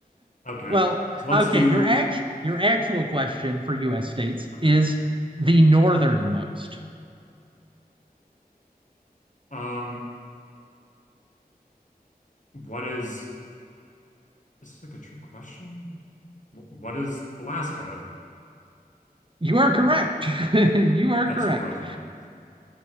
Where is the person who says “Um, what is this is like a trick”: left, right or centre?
Left